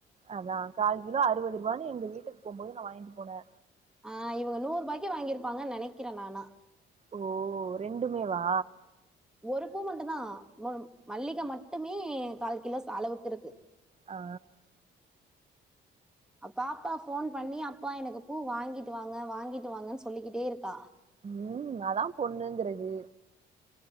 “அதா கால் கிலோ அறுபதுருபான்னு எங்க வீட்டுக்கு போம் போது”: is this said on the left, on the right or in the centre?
Right